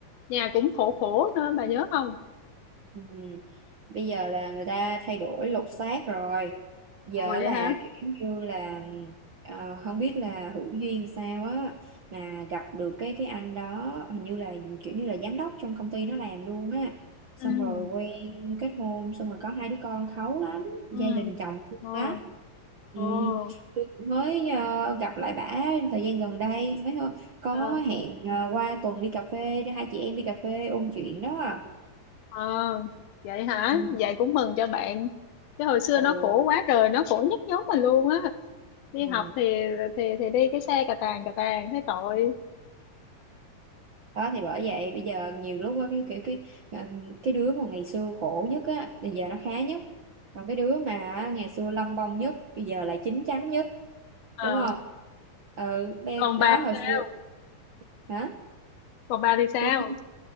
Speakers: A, on the left (about 80°); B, on the right (about 60°).
A: nhà cũng khổ khổ nữa bà nhớ không
B: Ừ. Bây giờ là người ta thay đổi lột xác rồi giờ
A: ồ vậy
B: là
A: hả
B: kiểu như là ờ, không biết là hữu duyên sao á mà gặp được cái cái anh đó hình như là kiểu như là giám đốc trong công ty nó làm luôn á xong
A: ừ
B: rồi quen kết hôn xong rồi có hai đứa con kháu lắm
A: ừ
B: gia đình chồng thương
A: ồ
B: lắm ừ.
A: ồ
B: Tôi mới ờ, gặp lại bả thời gian gần đây mới hơ- có
A: ờ
B: hẹn ờ, qua tuần đi cà phê hai chị em đi cà phê ôn chuyện đó à.
A: ờ vậy hả
B: ừ.
A: vậy cũng mừng cho bạn chứ hồi xưa
B: Ừ.
A: nó khổ quá rồi nó khổ nhất nhóm mình luôn á đi
B: Ừ.
A: học thì thì thì đi cái xe cà tàng cà tàng thấy tội
B: Đó thì bởi vậy bây giờ nhiều lúc á, cái kiểu cái ờ, cái đứa mà ngày xưa khổ nhất á bây giờ nó khá nhất còn cái đứa mà ngày xưa lông bông nhất bây giờ lại chín chắn nhất
A: ờ
B: đúng không ừ be-
A: còn
B: đó
A: bà
B: hồi
A: sao
B: xưa hả
A: còn bà thì sao
B: tôi biết